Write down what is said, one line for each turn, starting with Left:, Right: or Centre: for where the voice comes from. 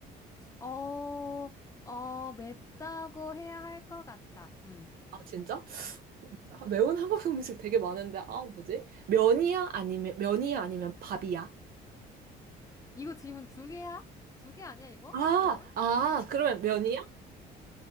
Left: 어, 어, 맵다고 해야 할 것 같아. 응,
Right: 아, 진짜?
Left: 응.
Right: 아, 매운 한국 음식 되게 많은데, 아, 뭐지? 면이야? 아니면, 면이야? 아니면 밥이야?
Left: 이거 질문 두 개야? 두 개 아니야, 이거?
Right: 아,
Left: 질문?
Right: 아, 그러면 면이야?